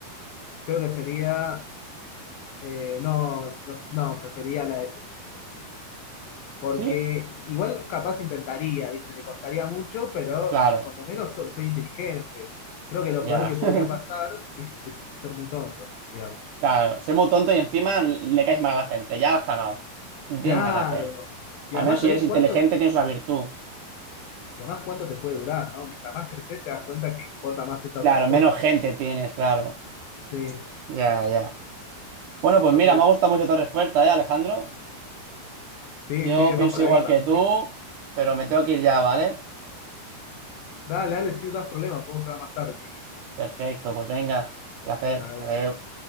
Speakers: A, on the left (about 70°); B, on the right (about 70°).
A: Creo que sería, eh, no, no, no, prefería la de ser. Porque
B: ¿Sí?
A: igual capaz intentaría, ¿viste? Me costaría mucho, pero
B: Claro,
A: por lo menos so- soy inteligente. Creo que lo
B: ya.
A: peor que podría
B: <laughs>
A: pasar es, es ser muy tonto, digamos.
B: Claro, sé muy tonto y encima le caes mal a la gente. Ya la has cagado. No
A: Claro.
B: tienes nada que hacer.
A: Y
B: A
A: además
B: menos si
A: también
B: eres inteligente,
A: cuánto
B: tienes una virtud.
A: Y además, ¿cuánto te puede durar, no? Mientras más creces, te das cuenta que importa más estas
B: Claro,
A: otras cosas.
B: menos gente tienes, claro.
A: Sí,
B: Ya, ya. Bueno, pues
A: va
B: mira,
A: por ese
B: me ha gustado
A: lado.
B: mucho tu respuesta, ¿eh, Alejandro?
A: Sí,
B: Yo
A: sí, va
B: pienso
A: por
B: igual
A: ahí, va.
B: que tú, pero me tengo que ir ya, ¿vale?
A: Dale, dale, si no das problema, podemos hablar más tarde si querés.
B: Perfecto, pues venga. Placer.
A: Dale,
B: Adiós.